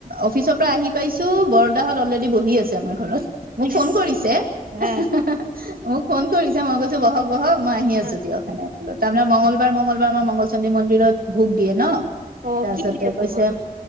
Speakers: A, on the right (about 80°); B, on the right (about 65°).
A: অফিচৰ পৰা আহি পাইছো বৰদাহত অলৰেডি বহি আছে আমাৰ ঘৰত। মোক
B: ইচ
A: ফোন কৰিছে।
B: হা
A: মোক ফোন কৰিছে মই কৈছো বহক-বহক মই আহি আছো
B: অ',
A: দিয়ক হেনেকে কলো তাৰমানে মঙগলবাৰ মংল আমাৰ মংগল চন্দ্ৰ মন্দিৰত ভোগ দিয়ে ন।
B: অ',
A: তাৰপিছতে
B: কি দিয়ে ভগৱান?
A: কৈছে